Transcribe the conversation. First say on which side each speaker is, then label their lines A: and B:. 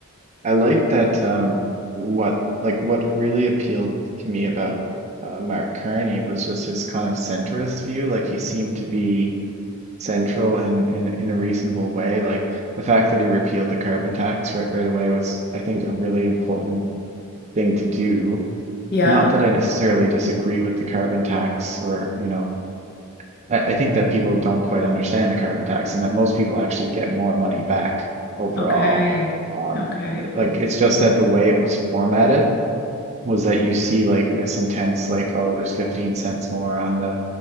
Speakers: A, on the right; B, on the left.
A: I like that. Um, what, like, what really appealed to me about uh, Mark Carney was just his kind of centrist view. Like, he seemed to be central in, in, in a reasonable way. Like, the fact that he repealed the carbon tax right, right away was, I think, a really important thing to do
B: Yep.
A: Not that I necessarily disagree with the carbon tax or, you know, I, I think that people don't quite understand the carbon tax and that most people actually get more money back overall.
B: Okay.
A: Um,
B: Okay.
A: like it's just that the way it was formatted was that you see like this intense, like, oh, there's 15 cents more on the,